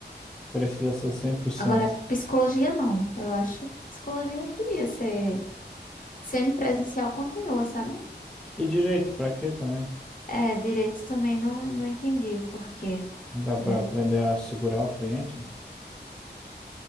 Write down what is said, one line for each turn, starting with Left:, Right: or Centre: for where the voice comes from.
Centre: precisa ser cem por cento.
Left: Agora, psicologia não, eu acho. que Psicologia podia ser Semipresencial continua, sabe?
Centre: E direito, pra quê também?
Left: É, direito também não, não entendi o porquê.
Centre: Não dá para
Left: né?
Centre: aprender a segurar o cliente?